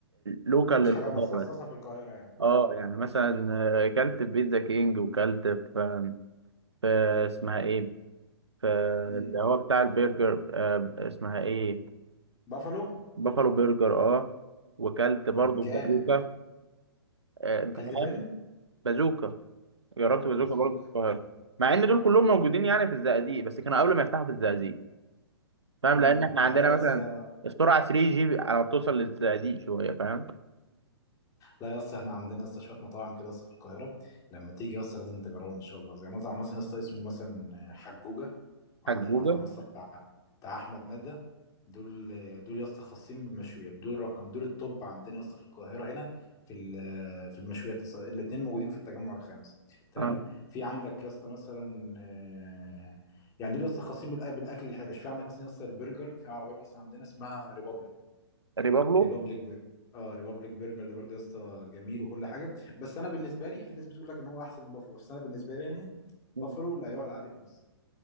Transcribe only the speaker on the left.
مش
حاجه مخصصه
في القاهره يعني
اه
امم
بافالو
امم جامد
اكلت
فين
بازوك
امم
لا يا اسطى
لا يا اسطى احنا عندنا يا اسطى شويه مطاعم كده يا اسطى في القاهره لما تيجي يا اسطى لازم تجربهم ان شاء الله زي مطعم مثلا يا اسطى اسمه مثلا حجوجه وعندنا
مطعم يا اسطى بتاع بتاع احمد ندى دول دول يا اسطى خاصين بالمشويات دول رقم دول التوب عندنا يا اسطى في القاهره هنا في ال- في المشويات الاثنين موجودين في التجمع الخامس تمام
في عندك يا اسطى مثلا آه، يعني دول يا اسطى خاصين بالأ- بالاكل الحرش في عندك مثلا يا اسطى البرجر في عربيه مثلا عندنا اسمها ريبابليك
ريبابليك برجر اه ريبابليك برجر ده برضه يا اسطى جميل وكل حاجه بس انا بالنسبه لي في ناس بتقول لك ان هو احسن من بافلو بس انا بالنسبه لي يعني
بافلو لا يعلى عليه في مصر